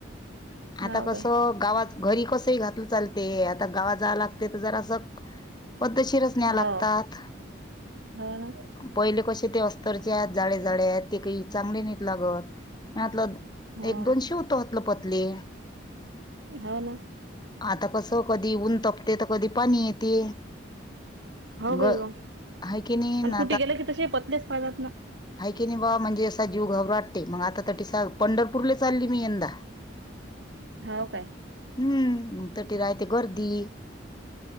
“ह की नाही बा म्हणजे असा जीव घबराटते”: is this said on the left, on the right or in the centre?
Left